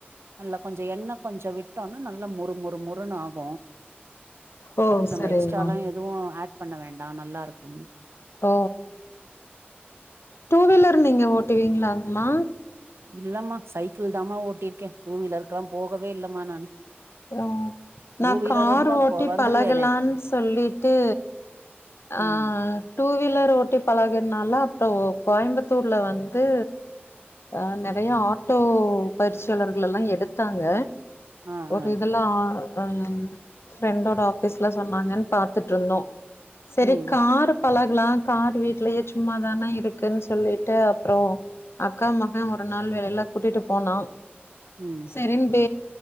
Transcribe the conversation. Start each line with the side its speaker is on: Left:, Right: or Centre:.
Right: நல்லா கொஞ்சொ எண்ண கொஞ்சொ விட்டோனா நல்ல மொறு மொறு மொறுன் ஆகு
Left: ஓ!
Right: அதுக்கு நம்ம
Left: சரிங்கம்மா.
Right: எக்ஸ்ட்ரா லா எதுவு ஆட் பண்ண வேண்டா நல்லாருக்கு
Left: ஓ டூ வீலர் நீங்க ஓட்டுவீங்ளாங்மா
Right: இல்லம்மா சைக்கிள் தாமா ஓட்டிர்க்கே டூ வீலர்க்கல்லா போகவே இல்லம்மா நானு
Left: அப்றோ நா
Right: டூ வீலர்
Left: கார்
Right: இருந்தா
Left: ஓட்டி
Right: போ வந்துருவேனே
Left: பழகலான் சொல்லிட்டு ஆ
Right: ம்
Left: டூ வீலர் ஓட்டி பழகனால அப்றோ கோயம்புத்தூர்ல வந்து ஆ நறைய ஆட்டோ பயிற்சியாளர்கள்லல்லா எடுத்தாங்க
Right: ஆ
Left: ஒரு
Right: ஆ
Left: இதெல்லா ஆ ஃப்ரெண்டோட ஆஃபீஸ்ல சொன்னாங்கன் பாத்துட்ருந்தோ செரி
Right: ம்
Left: கார் பழகலா கார் வீட்லயே சும்மாதானே இருக்குன் சொல்லிட்டு அப்றோ அக்கா மகன் ஒரு நாள் வெள்ள கூட்டிட்டு போனா
Right: ம்
Left: இரண்டு